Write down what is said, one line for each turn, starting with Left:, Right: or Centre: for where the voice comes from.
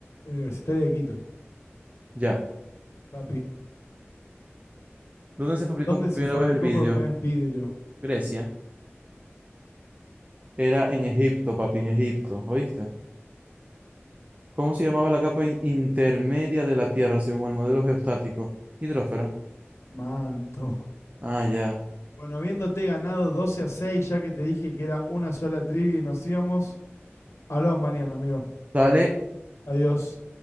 Left: Universitaria de Quito,
Right: Ya.
Left: papi.
Right: ¿Dónde se fabricó
Left: ¿Dónde
Right: por
Left: se
Right: primera
Left: fabricó
Right: vez el vidrio?
Left: por primera vez vidrio?
Right: Grecia. Era en Egipto, papi, en Egipto, ¿oíste? ¿Cómo se llamaba la capa in- intermedia de la Tierra según el modelo geostático? Hidrófera.
Left: Manto.
Right: Ah, ya.
Left: Bueno, habiéndote ganado 12 a 6, ya que te dije que era una sola trivia y nos íbamos, hablamos mañana, amigo.
Right: Dale.
Left: Adiós.